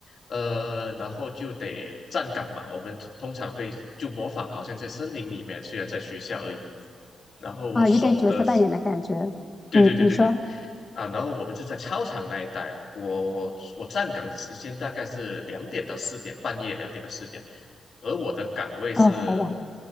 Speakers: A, on the left; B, on the left.
A: 呃，然后就得站岗嘛。我们通通常会就模仿，好像在森林里面，虽然在学校而已。然后我手的
B: 啊，有点角色扮演的感觉。
A: 对对对对对，
B: 嗯，你说，
A: 啊，然后我们就在操场那一带，我我我站岗的时间大概是两点到四点，半夜两点到四点，而我的岗位是，
B: 哦，好网，